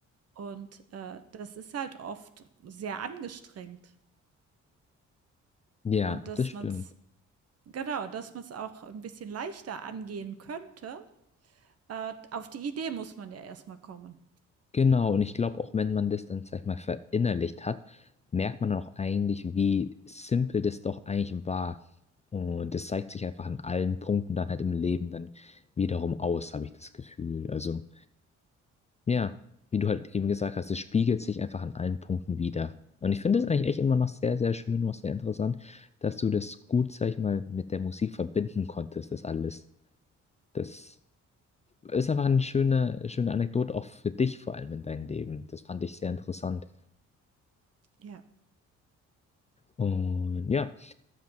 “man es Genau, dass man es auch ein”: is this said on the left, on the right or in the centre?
Right